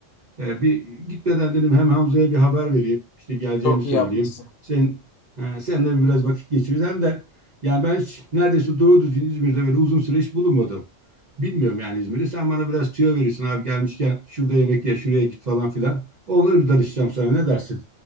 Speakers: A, on the right; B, on the left.
A: Ee, bir gitmeden dedim hem Hamza'ya bir haber vereyim. İşte geleceğimi
B: Çok
A: söyleyeyim.
B: iyi yapmışsın.
A: Sen, ha, seninle biraz vakit geçiririz. Hem de yani ben hiç neredeyse doğru düzgün İzmir'de böyle uzun süre hiç bulunmadım. Bilmiyorum yani İzmir'i. Sen bana biraz tüyo verirsin abi gelmişken şurada yemek ye, şuraya git falan filan. Onları bir darışacağım sana ne dersin?